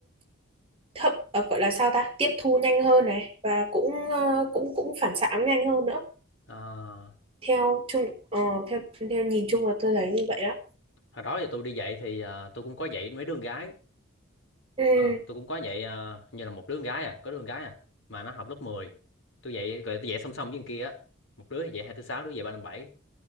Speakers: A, on the right; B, on the left.
A: thậm ờ, gọi là sao ta tiếp thu nhanh hơn này và cũng ờ, cũng cũng phản xạ nhanh hơn nữa
B: à,
A: theo chung ờ, theo theo nhìn chung là tôi thấy như vậy đó
B: hồi đó giờ tôi đi dạy thì à, tôi cũng có dạy mấy đứa con gái
A: ừ
B: Ờ, tôi cũng có dạy à, như là một đứa con gái à, có đứa con gái à mà nó học lớp mười Tôi dạy rồi tôi dạy song song với con kia á. Một đứa thì dạy hai tư sáu đứa dạy ba năm bảy